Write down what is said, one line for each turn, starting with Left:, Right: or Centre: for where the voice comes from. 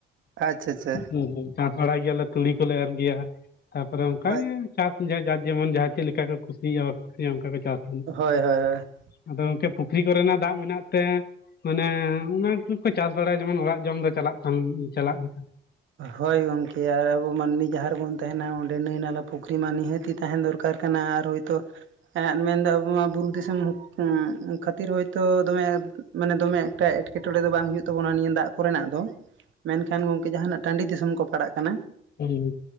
Right: ᱟᱪᱪᱷᱟ ᱟᱪᱪᱷᱟ
Left: ᱦᱩᱸ, ᱦᱩᱸ ᱪᱟᱥ ᱵᱟᱲᱟᱭ ᱜᱮᱭᱟᱞᱮ ᱛᱩᱲᱤ ᱠᱚᱞᱮ ᱮᱨ ᱜᱮᱭᱟ ᱦᱟᱸᱜ ᱾ ᱛᱟᱯᱚᱨᱮ ᱚᱱᱠᱟ
Right: ᱦᱳᱭ
Left: ᱜᱮ ᱪᱟᱥ ᱡᱮ ᱡᱟᱨ ᱡᱮᱢᱚᱱ ᱡᱟᱦᱟᱸ ᱪᱮᱫ ᱞᱮᱠᱟ ᱠᱚ ᱠᱩᱥᱤᱭᱟᱜ-ᱟ ᱵᱟᱠᱚ ᱠᱩᱥᱤᱭᱟᱜ-ᱟ ᱚᱱᱠᱟ ᱠᱚ ᱪᱟᱥ ᱾
Right: ᱦᱳᱭ, ᱦᱳᱭ, ᱦᱳᱭ ᱾
Left: ᱟᱫᱚ ᱜᱚᱝᱠᱮ ᱯᱩᱠᱷᱨᱤ ᱠᱚᱨᱮᱱᱟᱜ ᱫᱟᱜ ᱢᱮᱱᱟᱜ ᱛᱮ ᱢᱟᱱᱮ ᱚᱱᱟ ᱠᱚᱠᱚ ᱪᱟᱥ ᱵᱟᱲᱟᱭᱟ ᱡᱮᱢᱚᱱ ᱚᱲᱟᱜ ᱡᱚᱢ ᱫᱚ ᱪᱟᱞᱟᱜ ᱛᱟᱢ ᱪᱟᱞᱟᱜ ᱞᱮᱠᱟ᱾
Right: ᱦᱳᱭ ᱜᱚᱝᱠᱮ ᱟᱨ ᱟᱵᱚ ᱢᱟᱹᱱᱢᱤ ᱡᱟᱦᱟᱸ ᱨᱮᱵᱚᱱ ᱛᱮᱦᱮᱸᱱᱟ ᱚᱸᱰᱮ ᱱᱟᱹᱭ ᱱᱟᱞᱟ ᱯᱩᱠᱷᱨᱤ ᱢᱟ ᱱᱤᱦᱟᱹᱛᱤ ᱛᱟᱦᱮᱸᱱ ᱫᱚᱨᱠᱟᱨ ᱠᱟᱱᱟ ᱟᱨ ᱦᱳᱭᱛᱚ ᱮᱸᱫ ᱢᱮᱱ ᱫᱟ ᱟᱵᱚ ᱢᱟ ᱵᱩᱨᱩ ᱫᱤᱥᱚᱢ ᱠᱷᱟᱛᱤᱨ ᱦᱳᱭᱛᱚ ᱫᱚᱢᱮ ᱢᱟᱱᱮ ᱫᱚᱢᱮ ᱮᱠᱴᱟ ᱮᱸᱴᱠᱮ ᱴᱚᱬᱮ ᱫᱚ ᱵᱟᱝ ᱦᱩᱭᱳᱜ ᱛᱟᱵᱚᱱᱟ ᱱᱤᱭᱟᱹ ᱫᱟᱜ ᱠᱚᱨᱮᱱᱟᱜ ᱫᱚ, ᱢᱮᱱᱠᱷᱟᱱ ᱜᱚᱝᱠᱮ ᱡᱟᱦᱟᱸᱱᱟᱜ ᱴᱟᱸᱰᱤ ᱫᱤᱥᱚᱢ ᱠᱚ ᱯᱟᱲᱟᱜ ᱠᱟᱱᱟ,
Left: ᱦᱩᱸ ᱦᱩᱸ